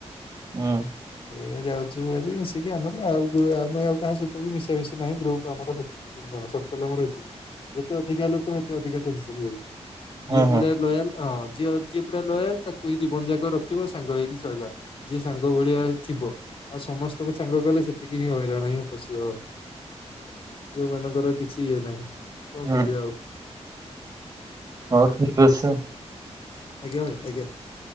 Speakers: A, on the right; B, on the left.
A: ହୁଁ
B: ସେ ଯାଉଛୁ ଭାରି ମିଶିକି ଆମର ଆଉ ଆମେ ଆଉ କାହା ସହିତ ବି ମିଶାମିଶି ନାହିଁ ଗ୍ରୁପ୍ ଆମର ସେତିକି। ତି ଜଣ ସର୍କଲ୍ ଆମର ଏତିକି ଯେତେ ଅଧିକା ଲୋକ ସେତେ ଅଧିକା ଟେନ୍ସନ୍ ହୋଇ। ଯିଏ
A: ହଁ ହଁ
B: ପୁରା ଲୟାଲ ହଁ ଯିଅ ଯିଏ ପୁରା ଲୟାଲ ତାକୁ ହି ଜୀବନ ଯାକ ରଖିବ ସାଙ୍ଗ ହେଇକି ସଇଲା। ଯିଏ ସାଙ୍ଗ ଭଳିଆ ଥିବ ଆଉ ସମସ୍ତଙ୍କ ସାଙ୍ଗ କଲେ ସେତିକି ହିଁ ହଇରାଣ ହିଁ ଫସିବ ଭାଇ। ଯୋଉମାନଙ୍କର କିଛି ଇଏ ନାହିଁ। କଣ
A: ହୁଁ।
B: କରିବା ଆଉ।
A: ହଉ ଠିକ ଅଛି
B: ଆଜ୍ଞା ଭାଇ ଆଜ୍ଞା।